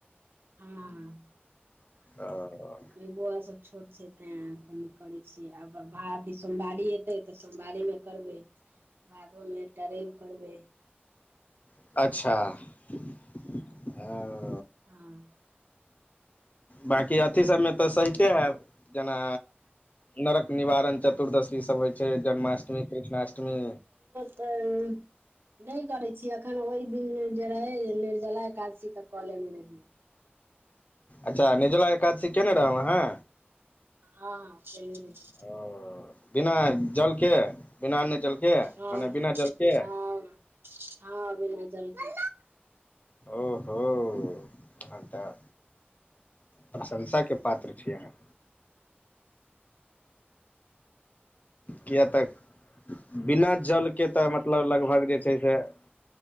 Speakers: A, on the right (about 65°); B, on the left (about 40°).
A: हँ हँ
B: ओ
A: इ बुआ ले सब। छोट छै तैं कनि करै छियै आब भा त सोमवारी एतै त सोमवारीय मे करबै। भादो मे एकटा रैब करबै।
B: अच्छा। हेॅं ओ
A: हँ
B: बाकी अथी सभमे त सहिते हेब जेना नरक निवारण चतु तुर्दशी सभ होइ छै जन्माष्टमी कृष्णाष्टमी।
A: त ई नहि करे छिये अखन ओहि दिन जे रहे निर्जला एकादशी त क लेने रहियै।
B: अच्छा निर्जला एकादशी केने रहौं आहां।
A: हँ हा। <unintelligible>
B: ओ बिना जलके बिना अन्न जलके
A: हँ
B: मने बिना जल के
A: हँ हँ बिना जलके
B: ओ हो अहाॅं तऽ प्रशंसा के पात्र छियै अहाँ किया तऽ बिना जलके तऽ मतलब लगभग जे ठीक अइ <unintelligible>